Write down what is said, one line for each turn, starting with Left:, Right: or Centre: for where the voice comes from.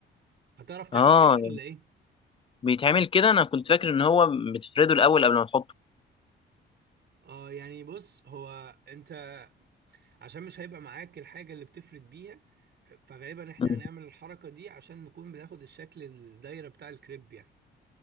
Right: هتعرف تعمل
Left: اه
Right: كده ولا ايه
Left: بيتعمل كده انا كنت فاكر ان هو بتفرده الاول قبل ما تحطه
Right: اه يعني بص هو انت عشان مش هيبقى معاك الحاجة اللي بتفرد بيها فغالبا احنا
Left: مم.
Right: هنعمل الحركة دي عشان نكون بناخد الشكل الدايرة بتاع الكريب يعني